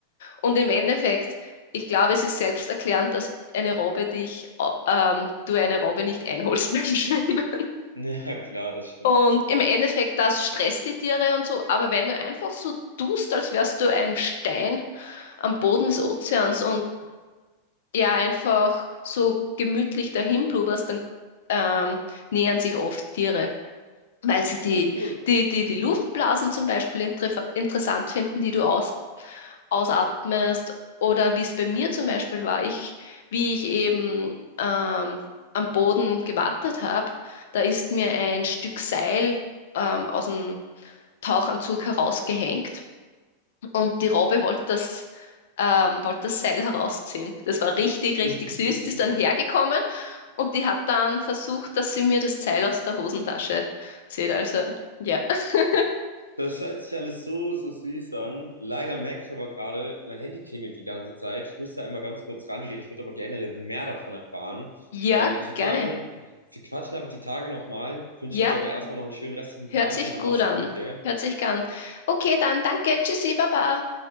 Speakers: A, on the left (about 55°); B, on the right (about 90°).
A: Und im Endeffekt, ich glaube, es ist selbsterklärend, dass eine Robbe dich, au- ähm, du eine Robbe nicht einholst <laughs> beim Schwimmen.
B: Ja, klar, das stimmt.
A: Und im Endeffekt, das stresst die Tiere und so. Aber wenn du einfach so tust, als wärst du ein Stein am Boden des Ozeans und ja, einfach so gemütlich dahin blubberst, dann ähm, nähern sich oft Tiere, weil sie die,
B: Ja, cool.
A: die, die, die Luftblasen zum Beispiel inter interessant finden, die du ausatmest oder wie es bei mir zum Beispiel war, ich, wie ich eben ähm, am Boden gewartet habe, da ist mir ein Stück Seil ähm, aus dem Tauchanzug herausgehängt und die Robbe wollte das, ähm, wollte das Seil herausziehen. Das war richtig, richtig
B: <laughs>
A: süß. Die ist dann hergekommen und die hat dann versucht, dass sie mir das Seil aus der Hosentasche zieht. Also, ja. <laughs>
B: Das hört sich alles so, so süß an. Leider merke ich aber gerade, mein Handy klingelt die ganze Zeit. Ich muss da einmal ganz kurz rangehen. Ich würde aber gerne mehr davon erfahren.
A: Ja,
B: Ähm, ich würde
A: gerne.
B: sagen, wir quatschen einfach die Tage nochmal. Wünsche
A: Ja.
B: jetzt aber erstmal noch einen schönen restlichen
A: Hört
B: Tag
A: sich
B: und dann
A: gut
B: mach's
A: an.
B: gut, gell?
A: Hört sich gern. Okay, dann danke. Tschüssi, Baba.